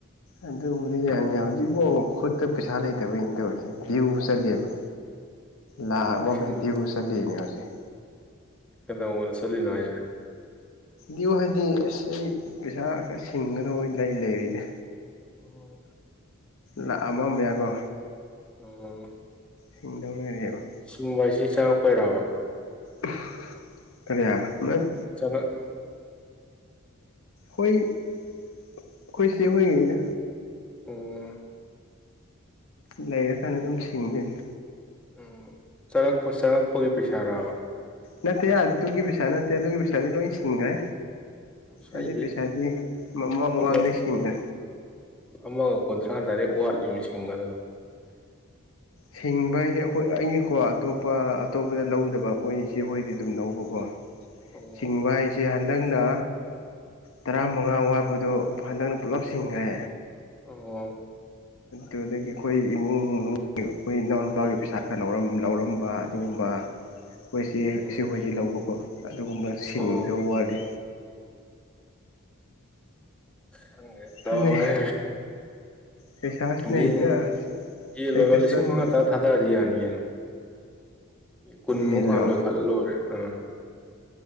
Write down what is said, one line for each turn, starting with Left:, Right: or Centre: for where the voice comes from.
Left: ꯑꯗꯨꯕꯨꯗꯤ ꯌꯥꯅꯤ ꯍꯧꯖꯤꯛꯕꯧ ꯈꯨꯠꯇ ꯄꯩꯁꯥ ꯂꯩꯇꯕꯩꯅꯤ ꯇꯧꯔꯤꯁꯦ ꯗꯤꯎ ꯆꯠꯂꯤꯌꯦꯕ ꯂꯥꯛ ꯑꯃ
Centre: ꯂꯤꯁꯤꯡ
Left: ꯃꯌꯥ ꯗꯤꯎ ꯆꯠꯂꯤꯅꯦ ꯍꯧꯖꯤꯛ
Centre: ꯀꯩꯗꯧꯕꯗ ꯆꯠꯂꯤꯅꯣ ꯍꯥꯏꯖꯦ
Left: ꯗꯤꯎ ꯍꯥꯏꯗꯤ ꯑꯁ ꯑꯩ ꯄꯩꯁꯥ ꯈꯔ ꯁꯤꯡꯒꯗ ꯂꯩ ꯂꯩꯔꯤꯅꯦ
Centre: ꯑꯣ
Left: ꯂꯥꯛ ꯑꯃ ꯃꯌꯥꯀꯣ
Centre: ꯑꯣ
Left: ꯁꯤꯡꯗꯧ ꯂꯩꯔꯦꯕ
Centre: ꯁꯤꯡꯕ ꯍꯥꯏꯁꯤ ꯆꯪꯉꯛꯄꯩꯔꯕ
Left: ꯎꯝ ꯀꯔꯤ ꯅꯠ
Centre: ꯆꯪꯉꯛ
Left: ꯍꯣꯏ ꯑꯩꯈꯣꯏ ꯆꯦ ꯍꯣꯏꯒꯤꯅꯤꯗ
Centre: ꯎꯝ
Left: ꯂꯩꯔ ꯀꯥꯟꯗ ꯑꯗꯨꯝ ꯁꯤꯡꯗꯣꯏꯅꯤ
Centre: ꯎꯝ ꯆꯪꯉꯛꯄ ꯆꯪꯉꯛꯄꯒꯤ ꯄꯩꯁꯥꯔꯕ
Left: ꯅꯠꯇꯦ ꯑꯗꯨꯒꯤ ꯄꯩꯁꯥ ꯅꯠꯇꯦ ꯑꯗꯨꯒꯤ ꯄꯩꯁꯥꯗꯤ ꯂꯣꯏ ꯁꯤꯡꯒ꯭ꯔꯦ
Centre: ꯑꯁ
Left: ꯑꯗꯨꯏ
Centre: ꯑꯩꯗꯤ
Left: ꯄꯩꯁꯥꯗꯤ ꯃꯃꯥꯡ ꯃꯃꯥꯡꯗꯒꯤ
Centre: ꯑꯃ
Left: ꯁꯤꯡꯒ꯭ꯔꯦ
Centre: ꯑꯃꯒ ꯀꯨꯟꯊ꯭ꯔꯥ ꯗꯥꯏꯔꯦꯛ ꯋꯥꯠꯂꯤꯅꯦ ꯁꯤꯡꯒꯗꯕ
Left: ꯁꯤꯡꯕ ꯍꯥꯏꯁꯦ ꯑꯩꯈꯣꯏ ꯑꯩꯒꯤꯀꯣ ꯑꯇꯣꯞꯄ ꯑꯇꯣꯞꯄꯗ ꯂꯧꯗꯕ ꯑꯈꯣꯏ ꯆꯦ ꯍꯣꯏꯗꯩ ꯑꯗꯨꯝ ꯂꯧꯕꯀꯣ
Centre: ꯑꯣ
Left: ꯁꯤꯡꯕ ꯍꯥꯏ ꯖꯦ ꯍꯟꯗꯛꯅ ꯇꯔꯥ ꯃꯉꯥ ꯋꯥꯠꯄꯗꯣ ꯍꯟꯗꯛꯅ ꯄꯨꯂꯞ ꯁꯤꯡꯒ꯭ꯔꯦ
Centre: ꯑꯣ
Left: ꯑꯗꯨꯗꯒꯤ ꯑꯩꯈꯣꯏ ꯏꯃꯨꯡ ꯃꯅꯨꯡꯒꯤ ꯑꯩꯈꯣꯏ ꯏꯅꯥꯎꯅꯨꯄꯥꯒꯤ ꯄꯩꯁꯥ ꯈꯔ ꯂꯧꯔꯝ ꯂꯧꯔꯝꯕ ꯑꯗꯨꯒꯨꯝꯕ ꯑꯩꯈꯣꯏ ꯆꯦ
Centre: ꯑꯣ
Left: ꯏꯆꯦ ꯍꯣꯏꯗꯩ ꯂꯧꯕꯀꯣ ꯑꯗꯨꯒꯨꯝꯕ ꯁꯤꯡꯗꯧ
Centre: ꯑꯣ
Left: ꯋꯥꯠꯂꯤ
Centre: ꯈꯪꯗꯔ꯭ꯦꯗ ꯇꯧꯔꯦ
Left: ꯈꯪꯗꯦ ꯄꯩꯁꯥꯁꯤꯅ
Centre: ꯌꯦꯟ
Left: ꯍꯦꯛꯇ
Centre: ꯌꯦꯟ
Left: ꯍꯦꯛꯇ
Centre: ꯂꯣꯏꯕ ꯂꯤꯁꯤꯡ
Left: ꯆꯠꯂꯤ
Centre: ꯃꯉꯥ ꯇꯔꯥ ꯊꯥꯗꯔꯗꯤ ꯌꯥꯅꯤ ꯀꯩꯅꯣ ꯀꯨꯟꯃꯨꯛ
Left: ꯌꯦꯟꯂꯣ
Centre: ꯍꯥꯟꯅ ꯂꯣꯏꯈꯠꯂ ꯂꯣꯏꯔꯦ ꯑꯥ